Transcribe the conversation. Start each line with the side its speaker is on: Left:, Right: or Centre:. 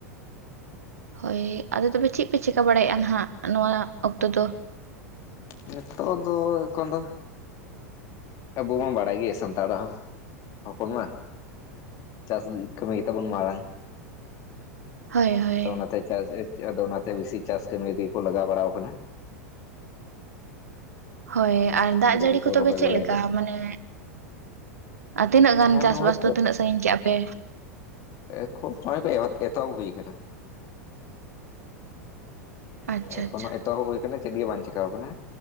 Right: ᱦᱳᱭ ᱟᱫᱚ ᱛᱚᱵᱮ ᱪᱮᱫ ᱯᱮ ᱪᱤᱠᱟᱹ ᱵᱟᱲᱟᱭᱮᱫ-ᱟ ᱱᱟᱦᱟᱜ ᱱᱚᱣᱟ ᱚᱠᱛᱚ ᱫᱚ
Left: ᱱᱤᱛᱚᱜ ᱫᱚ ᱮᱠᱷᱚᱱ ᱫᱚ ᱟᱵᱚ ᱢᱟ ᱵᱟᱲᱟᱭ ᱜᱮ ᱥᱟᱱᱛᱟᱲ ᱦᱚᱯᱚᱱ ᱢᱟ ᱪᱟᱥ ᱠᱟᱹᱢᱤ ᱜᱮᱛᱟ ᱵᱚᱱ ᱢᱟᱨᱟᱝ
Right: ᱦᱳᱭ ᱦᱳᱭ
Left: ᱟᱫᱚ ᱚᱱᱟᱛᱮ ᱪᱟᱥ ᱟᱫᱚ ᱚᱱᱟᱛᱮ ᱵᱮᱥᱤ ᱪᱟᱥ ᱠᱟᱹᱢᱤ ᱨᱮᱠᱚ ᱞᱟᱜᱟᱣ ᱵᱟᱲᱟ ᱠᱟᱱᱟ
Right: ᱦᱳᱭ ᱟᱨ ᱫᱟᱜ
Left: ᱦᱩᱲᱩ
Right: ᱡᱟᱹᱲᱤ
Left: ᱠᱚᱠᱚ
Right: ᱠᱚ ᱛᱚᱵᱮ
Left: ᱨᱚᱦᱚᱭ
Right: ᱪᱮᱫ
Left: ᱵᱟᱲᱟᱭᱮᱫᱟ
Right: ᱞᱮᱠᱟ ᱢᱟᱱᱮ ᱟᱨ ᱛᱤᱱᱟᱹᱜ
Left: ᱦᱮᱸ
Right: ᱜᱟᱱ ᱪᱟᱥᱵᱟᱥ
Left: ᱱᱚᱜᱼᱚᱭ
Right: ᱫᱚ ᱛᱤᱱᱟᱹᱜ ᱥᱟᱺᱜᱤᱧ ᱠᱮᱜ-ᱟ ᱯᱮ
Left: ᱮ ᱠᱷᱚᱱᱚᱜ-ᱚᱭ ᱠᱚ ᱮᱛ-ᱮᱛᱚᱦᱚᱵ ᱦᱩᱭ ᱟᱠᱟᱱᱟ
Right: ᱟᱪᱪᱷᱟ
Left: ᱮᱠᱷᱚᱱᱳ
Right: ᱟᱪᱪᱷᱟ
Left: ᱮᱛᱚᱦᱚᱵ ᱦᱩᱭ ᱟᱠᱟᱱᱟ ᱪᱮᱫ ᱜᱮ ᱵᱟᱝ ᱪᱤᱠᱟᱣ ᱟᱠᱟᱱᱟ